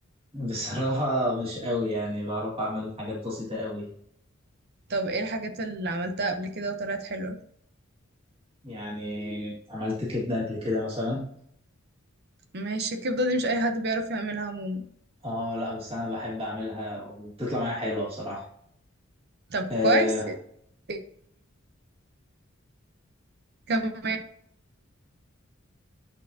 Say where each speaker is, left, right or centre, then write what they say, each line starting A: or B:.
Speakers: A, on the right; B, on the right.
A: بصراحه مش قوي يعني بعرف اعمل حاجات بسيطه قوي
B: طب إيه الحاجات اللي عملتها قبل كده وطلعت حلوة
A: يعني عملت كبده قبل كده مثلا
B: ماشي الكبدة دي مش أي حد بيعرف يعملها عموما
A: اه لا بس انا بحب اعملها وبتطلع معايا حلوه بصراحه
B: طب
A: أه
B: كويس إيه كمان